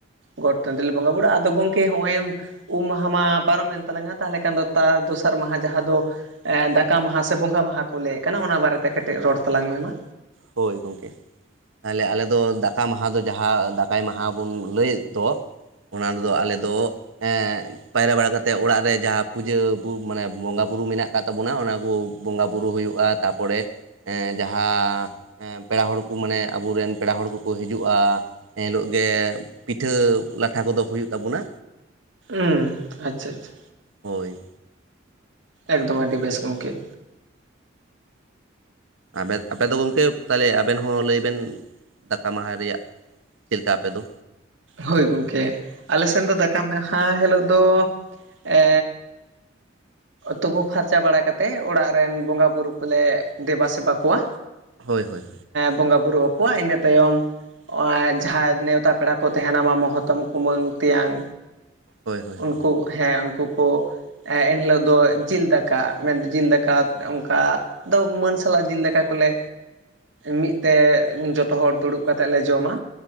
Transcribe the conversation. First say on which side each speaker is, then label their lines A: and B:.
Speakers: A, on the right (about 70°); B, on the right (about 85°).
A: ᱜᱚᱴ ᱴᱟᱺᱰᱤ ᱞᱮ ᱵᱚᱸᱜᱟ ᱵᱩᱨᱩᱜ ᱟᱫᱚ ᱜᱚᱢᱠᱮ ᱦᱚᱜᱼᱚᱭ ᱩᱢ ᱢᱟᱸᱦᱟ ᱢᱟ ᱯᱟᱨᱚᱢᱮᱱ ᱛᱟᱞᱟᱝᱟ ᱛᱟᱦᱚᱞᱮ ᱠᱷᱟᱱ ᱫᱚ ᱛᱟᱨ ᱫᱚᱥᱟᱨ ᱢᱟᱸᱦᱟ ᱡᱟᱦᱟᱸ ᱫᱚ, ᱫᱟᱠᱟ ᱢᱟᱸᱦᱟ ᱥᱮ ᱵᱚᱸᱜᱟ ᱢᱟᱦᱟ ᱠᱚ ᱞᱟᱹᱭᱮᱫ ᱠᱟᱱᱟ ᱚᱱᱟ ᱵᱟᱨᱮᱛᱮ ᱠᱟᱹᱴᱤᱡ ᱨᱚᱲ ᱛᱟᱞᱟᱝ ᱢᱮ ᱢᱟ᱾
B: ᱦᱳᱭ ᱜᱚᱢᱠᱮ᱾ ᱛᱟᱦᱚᱞᱮ ᱟᱞᱮ ᱫᱚ ᱫᱟᱠᱟ ᱢᱟᱦᱟ ᱫᱚ ᱡᱟᱦᱟᱸ ᱫᱟᱠᱟᱭ ᱢᱟᱦᱟ ᱵᱚᱱ ᱞᱟᱹᱭᱮᱫ ᱫᱚ, ᱚᱱᱟ ᱨᱮᱫᱚ ᱟᱞᱮᱫᱚ ᱮ ᱯᱟᱭᱨᱟ ᱵᱟᱲᱟ ᱠᱟᱛᱮᱫ ᱚᱲᱟᱜ ᱨᱮ ᱡᱟᱦᱟᱸ ᱯᱩᱡᱟᱹ ᱢᱟᱱᱮ ᱵᱚᱸᱜᱟ ᱵᱩᱨᱩ ᱢᱮᱱᱟᱜ ᱟᱠᱟᱫ ᱛᱟᱵᱚᱱᱟ, ᱚᱱᱟ ᱠᱚ ᱵᱚᱸᱜᱟ ᱵᱩᱨᱩ ᱦᱩᱭᱩᱜᱼᱟ᱾ ᱛᱟ ᱯᱚᱨᱮ ᱮᱸᱻ ᱡᱟᱦᱟᱸ ᱦᱮᱸ ᱯᱮᱲᱟ ᱦᱚᱲ ᱠᱩ ᱢᱟᱱᱮ ᱟᱵᱚᱨᱮᱱ ᱯᱮᱲᱟ ᱦᱚᱲ ᱠᱚᱠᱚ ᱦᱤᱡᱩᱜᱼᱟ᱾ ᱮᱱᱦᱤᱞᱳᱜ ᱜᱮ ᱯᱤᱴᱷᱟᱹ ᱞᱟᱴᱷᱟ ᱠᱚᱫᱚ ᱦᱩᱭᱩᱜ ᱛᱟᱵᱚᱱᱟ᱾
A: ᱩᱸᱻ ᱟᱪᱪᱷᱟ ᱟᱪᱪᱷᱟ᱾
B: ᱦᱳᱭ᱾
A: ᱮᱠᱫᱚᱢ ᱟᱹᱰᱤ ᱵᱮᱥ ᱜᱚᱢᱠᱮ᱾
B: ᱟᱵᱮᱱ ᱟᱯᱮᱫ ᱫᱚ ᱜᱚᱢᱠᱮ ᱛᱟᱦᱚᱞᱮ ᱟᱵᱮᱱ ᱦᱚᱸ ᱞᱟᱹᱭ ᱵᱮᱱ ᱫᱟᱠᱟ ᱢᱟᱦᱟ ᱨᱮᱭᱟᱜ ᱪᱮᱫ ᱞᱮᱠᱟ ᱟᱯᱮ ᱫᱚ?
A: ᱦᱳᱭ ᱜᱚᱢᱠᱮ ᱟᱞᱮᱥᱮᱱ ᱫᱚ ᱫᱟᱠᱟ ᱢᱟᱦᱟ ᱦᱤᱞᱳᱜ ᱫᱚ ᱮᱻ ᱛᱩᱯᱳ ᱯᱷᱟᱨᱪᱟ ᱵᱟᱲᱟ ᱠᱟᱛᱮᱫ ᱚᱲᱟᱜ ᱨᱮᱱ ᱵᱚᱸᱜᱟ ᱵᱩᱨᱩ ᱠᱚᱞᱮ ᱫᱮᱵᱟ ᱥᱮᱵᱟ ᱠᱚᱣᱟ᱾
B: ᱦᱳᱭ ᱦᱳᱭ᱾
A: ᱵᱚᱸᱜᱟ ᱵᱳᱨᱩ ᱟᱠᱚᱣᱟ ᱤᱱᱟᱹ ᱛᱟᱭᱚᱢ ᱚ ᱡᱟᱦᱟᱸᱭ ᱱᱮᱣᱛᱟ ᱯᱮᱲᱟ ᱠᱚ ᱛᱟᱸᱦᱮᱱᱟᱢᱟ ᱢᱚᱦᱚᱛᱚᱢᱼᱠᱩᱢᱟᱹᱝ, ᱛᱮᱭᱟᱝ
B: ᱦᱳᱭ ᱦᱳᱭ
A: ᱩᱱᱠᱩ
B: ᱦᱳᱭ
A: ᱦᱮᱸ ᱩᱱᱠᱩ ᱠᱚ ᱮᱱᱦᱤᱞᱳᱜ ᱫᱚ ᱡᱤᱞ ᱫᱟᱠᱟ ᱢᱮᱱ ᱡᱤᱞ ᱫᱟᱠᱟ ᱚᱱᱠᱟ ᱫᱚ ᱢᱟᱹᱱ ᱥᱟᱞᱟᱜ ᱡᱤᱞ ᱫᱟᱠᱟ ᱠᱚᱞᱮ ᱢᱤᱫ ᱛᱮ ᱡᱷᱚᱛᱚ ᱦᱚᱲ ᱫᱩᱲᱩᱵ ᱠᱟᱛᱮᱫ ᱞᱮ ᱡᱚᱢᱟ᱾